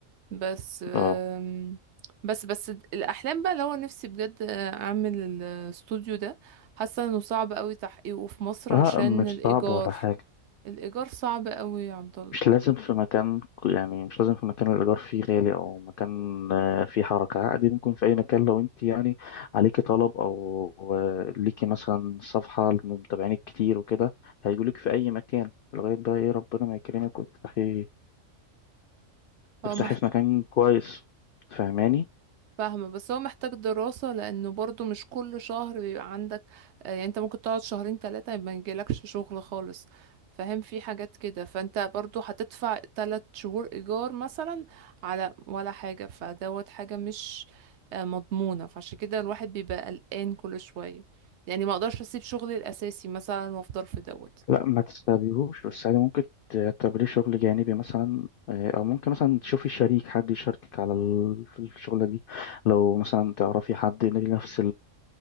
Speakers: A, on the right (about 65°); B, on the left (about 65°).
A: بس أم،
B: أه
A: بس بس الاحلام بقى اللي هو نفسي بجد اعمل الاستوديو ده حاسه انه صعب قوي تحقيقه في مصر
B: لا
A: عشان
B: مش
A: الايجار
B: صعب ولا حاجة
A: الايجار صعب قوي يا عبد الله
B: مش لازم في مكان ك- يعني مش لازم في مكان الإيجار فيه غالي أو مكان آه، فيه حركة عادي ممكن في أي مكان لو أنت يعني عليكي طلب أو آه، ليكي مثلا صفحة لمتابعينك كتير وكده هيجولك في أي مكان لغاية بقى إيه ربنا ما يكرمك وتفتحي
A: اه
B: تفتحي في مكان كويس فاهماني؟
A: فاهمة بس هو محتاج دراسة لأنه برضو مش كل شهر بيبقى عندك آه، يعني انت ممكن تقعد شهرين تلاتة ما يجيلكش شغل خالص فاهم في حاجات كده فانت برضو هتدفع تلات شهور إيجار مثلا على ولا حاجة فدوت حاجة مش آه، مضمونة فعشان كده الواحد بيبقى قلقان كل شوية يعني ما اقدرش اسيب شغلي الأساسي مثلا وافضل في دوت
B: لا ما تستبيهوش بس عادي ممكن تعتبريه شغل جانبي مثلا آه، أو ممكن مثلا تشوفي شريك حد يشاركك على ال- في الشغلة دي لو مثلا تعرفي حد نفس